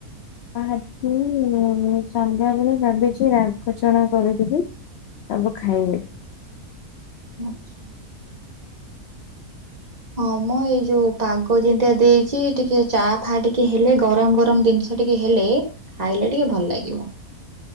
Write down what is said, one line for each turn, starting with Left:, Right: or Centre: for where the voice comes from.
Left: ଆଜି ସନ୍ଧ୍ୟାବେଳେ ଭାବିଛି ରାଘଛଣା କରିଦେବି। ସବୁ ଖାଇବେ।
Right: ଆଚ୍ଛା। ହଁ ମୋ ଏଇ ଯୋଉ ପାଗ। ପାଗ ଜେମିତିଆ ଦେଇଛି ଟିକେ ଚା ଫା ଟିକେ ହେଲେ ଗରମ ଗରମ ଜିନିଷ ଟିକେ ହେଲେ। ଖାଇଲେ ଟିକେ ଭଲ ଲାଗିବ।